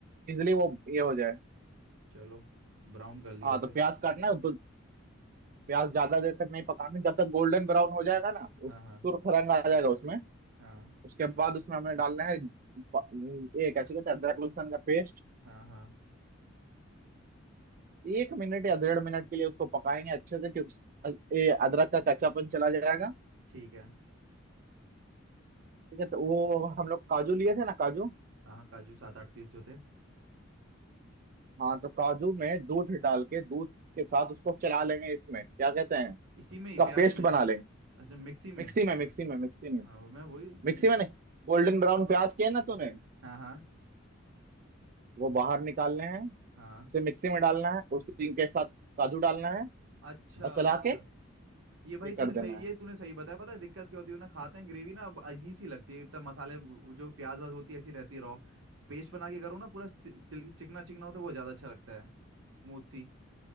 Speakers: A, on the right; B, on the right.
A: इजिली वो ये हो जाए
B: चलो ब्राउन कर लिया
A: हाँ
B: उसे
A: तो प्याज काटना है तो प्याज ज्यादा देर तक नहीं पकाना जब तक गोल्डन ब्राउन हो जाएगा ना
B: हाँ
A: उस तुरफ
B: हाँ
A: रंग आ जाएगा उसमें
B: हाँ
A: उसके बाद उसमें हमने डालना है प- ये कैसे कहते हैं अदरक लहसुन का पेस्ट
B: हाँ हाँ
A: एक मिनट या डेढ़ मिनट के लिए उसको पकाएंगे अच्छे से क्योंकि अ- ये अदरक का कच्चापन चला जाएगा
B: ठीक है
A: ठीक है तो वो हम लोग काजू लिए थे ना काजू
B: हाँ हाँ काजू सात आठ पीस जो थे
A: हाँ तो काजू में दूध डाल के दूध के साथ उसको चला लेंगे इसमें क्या कहते हैं
B: इसी में
A: उसका
B: ही प्याज
A: पेस्ट
B: में
A: बना लेंगे
B: अच्छा मिक्सी
A: मिक्सी
B: में
A: में मिक्सी में मिक्सी में
B: हाँ वो मैं वही मैं
A: मिक्सी
B: इसमें
A: में नहीं गोल्डन ब्राउन प्याज किए ना तूने
B: हाँ हाँ
A: वो बाहर निकालने हैं
B: हाँ
A: उसे मिक्सी में डालना है उसी
B: हाँ।
A: के साथ काजू डालना है
B: अच्छा
A: और चला
B: अच्छा
A: के
B: ये भाई
A: ये कर
B: तूने सही
A: देना है
B: ये तूने सही बताया पता है दिक्कत क्या होती है ना खाते हैं ग्रेवी ना अब अजीब सी लगती है इतना मसाले वो जो प्याज वाज होती है ऐसी रहती है रॉ पेस्ट बना के करो ना पूरा सि- चिल- चिकना चिकना होता है वो ज़्यादा अच्छा लगता है स्मूथ सी